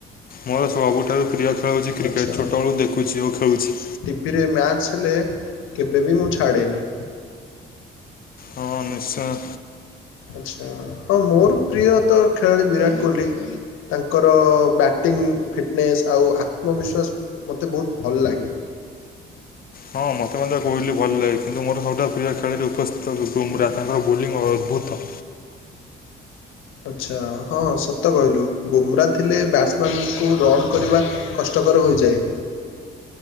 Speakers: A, on the left; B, on the left.
A: ମୋର ସବୁଠାରୁ ପ୍ରିୟ ଖେଳ ହଉଚି କ୍ରିକେଟ୍
B: ଆଚ୍ଛା
A: ଛୋଟବେଳୁ ଦେଖୁଚି ଆଉ ଖେଳୁଛି।
B: ଫିରେ ମ୍ୟାଚ ହେଲେ କେବେ ବି ମୁଁ ଛାଡ଼େନି।
A: ହଁ ନିଶ୍ଚୟ।
B: ଆଛା ହଁ ମୋର ପ୍ରିୟ ତ ଖେଳାଳି ବିରାଟ କୋହଲି। ତାଙ୍କର ବ୍ୟାଟିଂ ଫିଟନେସ୍ ଆଉ ଆତ୍ମବିଶ୍ୱାସ ମତେ ବହୁତ ଭଲ ଲାଗେ।
A: ହଁ ମତେ ମଧ୍ୟ କୋହଲିି ଭଲ ଲାଗେ କିନ୍ତୁ ମୋର ସବୁଠାରୁ ପ୍ରିୟ ଖେଳାଳି ଉପସ୍ଥିତ ବୁମରା ତାଙ୍କର ବୋଲିଂ ଅଦ୍ଭୁତ
B: ଆଚ୍ଛା ହଁ ସତ କହିଲୁ ବୁମ୍ରା ଥିଲେ ବ୍ୟାଟ୍ସମ୍ୟାନକୁ ରନ୍ କରିବା କଷ୍ଟକର ହୋଇଯାଏ।